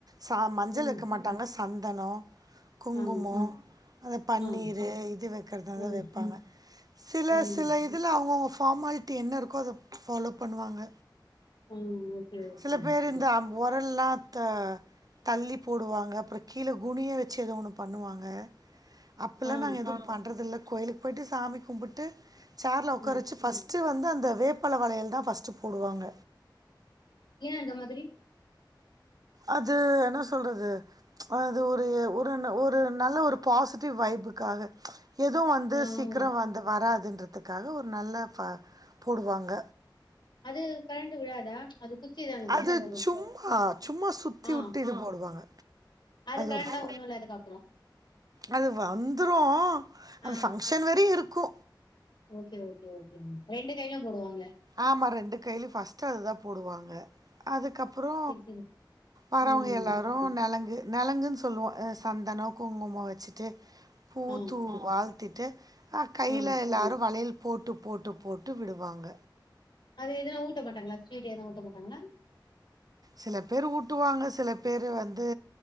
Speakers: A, on the right; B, on the left.
A: ச மஞ்சள்
B: ம்
A: வெக்க மாட் டாங்க சந்தனோ குங்குமோ
B: ஆ
A: அந்த பன்னீரு
B: ஆ
A: இது வெக்கிறதாந்தா
B: ம்
A: வெப்பாங்க சில
B: ம்
A: சில இதுல அவுங்கவுங்க ஃபார்மாலிட்டி என்ன இருக்கோ அத ஃபாலோ பண்ணுவாங்க
B: ம் ஓகே ஓகே
A: சில பேரு இந்த அம் ஒரல்லா த தள்ளி போடுவாங்க அப்றோ கீழ குனிய வச்சு எதோ ஒன்னு பண்ணுவாங்க அப்புல்லா
B: ஆ
A: நாங்க எதுவு பண்றதுல்ல கோயிலுக்கு போயிட்டு சாமி கும்புட்டு சேர்ல
B: ம்
A: ஒக்காரவச்சு ஃபஸ்ட் டு வந்து அந்த வேப்பல வளையல்தா ஃபஸ்ட்டு போடுவாங்க
B: ஏன் அந்த மாதிரி
A: அது என்னா சொல்றது அது ஒரு ஒரு ஒரு நல்ல ஒரு பாசிட்டிவ் வைபுக்காக எதும் வந்து
B: ஆ
A: சீக்கிரோ
B: ஓ!
A: வந்து வராதுன்றதுக்காக ஒரு நல்ல ப போடுவாங்க
B: அது கழண்டு விலாதா அது குச்சிதான ஜஸ்ட்டு
A: அது சும்மா சும்மா சுத்தி
B: அ
A: உட்டு இது போடுவாங்க.
B: அது கழண்டா
A: ஒரு ஃப
B: ஒண்ணுல்ல அதுக்கப்றோ
A: அது வந்துரு அது
B: ஆ
A: ஃபங்க்ஷன் வரையு இருக்கு
B: ஓகே ஓகே ஓகேங் ரெண்டு கைலயு போடுவாங்க
A: ஆமா ரெண்டு கைலயு ஃபஸ்ட்டு அதுதா போடுவாங்க அதுக்கப்பறோ
B: சரி சரி
A: வரவுங்க
B: ம்
A: எல்லாரு நலங்கு நலங்குன் சொல்லுவோ அ சந்தன குங்குமோ வச்சுட்டு பூ
B: ஆ
A: தூவு வாழ்த் திட்டு அ கைல
B: ஆ
A: எல்லாரு வளையல் போட்டு போட்டு போட்டு விடுவாங்க
B: அது எதோ ஊட்ட மாட்டாங்ளா ஸ்வீட்டு எது ஊட்ட மாட்டாங்ளா
A: சில பேரு ஊட்டுவாங்க சில பேரு வந்து